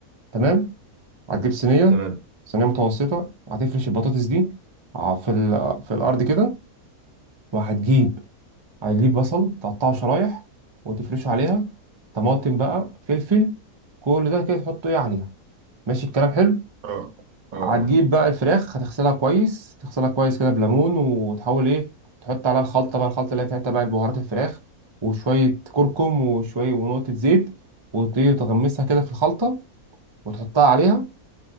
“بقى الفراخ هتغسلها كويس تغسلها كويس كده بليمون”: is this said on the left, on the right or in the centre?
Right